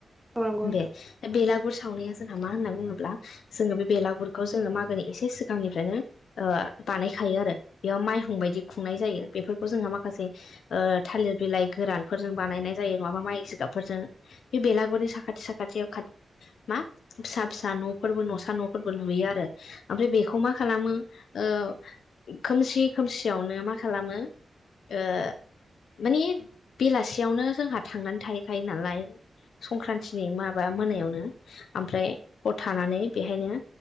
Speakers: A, in the centre; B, on the left.
A: औ नंगौ नोंथां
B: बे बेलागुर सावनाया जोंहा मा होनना बुङोब्ला जोङो बे बेलागुरखौ जोङो मा गोनि एसे सिगांनिफ्रायनो ओ बानायखायो आरो बेयाव माइहुं बायदि खुंनाय जायो बेफोरखौ जोंहा माखासे ओ थालिर बिलाइ गोरानफोरजों बानायनाय जायो नङाबा माइ जिगाबफोरजों बे बेेलागुरनि साखाथि साखाथि खाथ मा फिसा फिसा न'फोरबो न'सा न'फोरबो लुयो आरो ओमफ्राय बेखौ मा खालामो ओ खोमसि खोमसियावनो मा खालामो ओ माने बेलासियावनो जोंहा थांनानै थाहैखायो नालाय संक्रान्तिनि माबा मोनायावनो ओमफ्राय हर थानानै बेहायनो